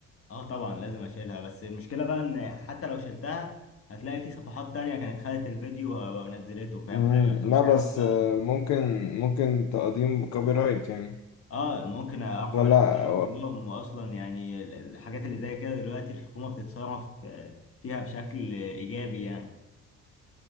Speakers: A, on the left; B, on the left.
A: اه طبعا لازم اشيلها بس المشكله بقى ان حتى لو شلتها هتلاقي في صفحات تانية كانت خدت الفيديو و- ونزلته فاهم
B: مم.
A: حاجه فمش
B: لا بس
A: عارف بقى
B: ممكن ممكن تقديم كوبي رايت يعني
A: اه ممكن ارفع
B: ولا
A: عليهم القضية كلهم واصلا يعني ال- الحاجات اللي زي كده دلوقتي الحكومه بتتصرف آه، فيها بشكل ايجابي يعني